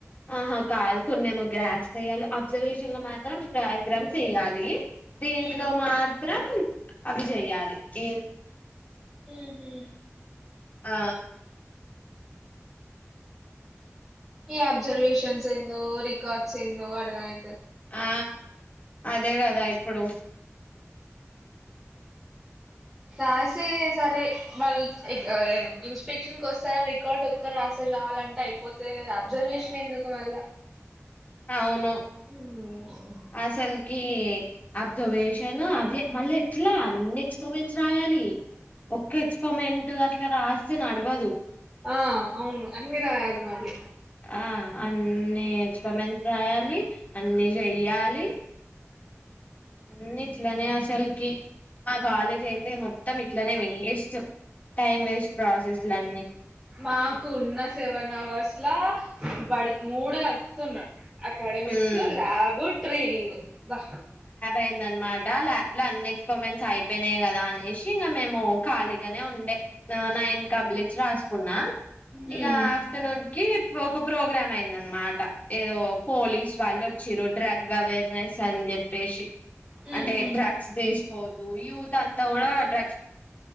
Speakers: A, on the left; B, in the centre.
A: ఆహా కాదు కొన్నేమో గ్రాప్స్ వేయ్యాలి అబ్జర్వేషన్లో మాత్రం డయ్గ్రామ్స్ ఏయ్యాలి దీంట్లో
B: ఉమ్
A: మాత్రం అవి చెయ్యాలి ఇ
B: మ్ హు
A: ఆ
B: ఈ అబ్జర్వేషన్స్ ఏందో రికార్డ్స్ ఏందో అర్ధమై
A: ఆ అదే కదా ఇప్పుడు
B: రాసేది సరే వాళ్ ఎక్ అ ఇన్స్పెక్షన్కి ఓస్తారా రికార్ట్ ఒక్కట్ రాస్ చాలంటే అయిపోతే కదా అబ్జర్వేషన్ ఎందుకు మళ్ళా
A: ఔను
B: ఉమ్
A: ఆసల్ కి అబ్జర్వేషన్ అది మళ్ళీ ఎట్లా అన్ని ఎక్స్పర్మెంట్స్ రాయాలి ఒక్క ఎక్స్పరిమెంట్ అట్లా రాస్తే నడ్వదు
B: ఆ అవును అన్ని రాయాలి మల్లి
A: ఆ అన్ని ఎక్స్పరిమెంట్స్ రాయాలి అన్ని జెయ్యాలి అన్నిట్లనే అసల్కి మా కాలేజైతే మొత్తం ఇట్లనే వేస్ట్ టైం వేస్ట్ ప్రాసెస్లన్నీ
B: మాకున్న సెవెన్ అవర్స్లా వాడు మూడు కల్పుతున్నాడ్ అక్కడమిక్స్
A: ఉమ్
B: ల్యాబు ట్రైనింగ్ బ్బ
A: అయిందన్మాటా ల్యాబ్లో అన్ని ఎక్స్పమెంట్స్ అయి అపోయినాయి కదా అనేసి ఇంకా మేము ఖాళీగానే ఉండే నైన్ కబ్లిట్స్ రాసుకున్నా
B: హ్మ్.
A: ఇగా ఆఫ్టర్నూన్కి ఒక ప్రోగ్రామైందన్నమాట ఏదో పోలీస్వాళ్ళు ఓచ్చిరు డ్రగ్ అవేర్నెస్ అని చెప్పేసి
B: హుహు.
A: అంటే డ్రగ్స్ దిస్కోదు యూత్ అంతా కూడా డ్రగ్